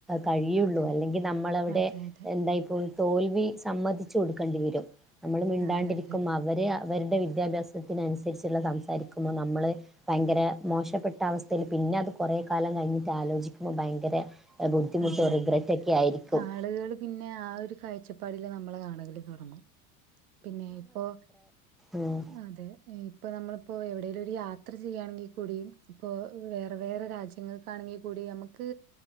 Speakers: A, in the centre; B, on the right (about 80°).
A: കഴിയുള്ളൂ
B: അതെ
A: അല്ലെങ്കിൽ നമ്മളവിടെ
B: അതെ
A: എന്തായ്പ്പോയ് തോൽവി സമ്മതിച്ചു കൊടുക്കണ്ടി വരും നമ്മള് മിണ്ടാണ്ടിരിക്കും
B: അതെ അതെ അതെ
A: അവരെ അവര്ടെ വിദ്യാഭ്യാസത്തിനനുസരിച്ചുള്ള സംസാരിക്കുമ്പോ നമ്മള് ഭയങ്കര മോശപ്പെട്ട അവസ് തേല് പിന്നെ അത് കുറേ കാലം കഴിഞ്ഞിട്ട് ആലോചിക്കുമ്പോ ഭയങ്കര ബുദ്ധിമുട്ടോ
B: അതെ
A: റിഗ്രറ്റ്
B: അതെ
A: ഒക്കെ ആയിരിക്കും
B: ആള്കൾ പിന്നെ ആ ഒരു കാഴ്ചപ്പാടി ല് നമ്മളെ കാണലു തൊടങ്ങു പിന്നെ ഇപ്പോ
A: ഉം
B: അതെ ഇ പ്പോ നമ്മളിപ്പോ എവിടെേലൊരു യാത്ര ചെയ്യാണെങ്കി കൂടിം ഇപ്പോ വേറെ വേറെ രാജ്യങ്ങക്കാണെങ്കി കൂടി അമ്മക്ക്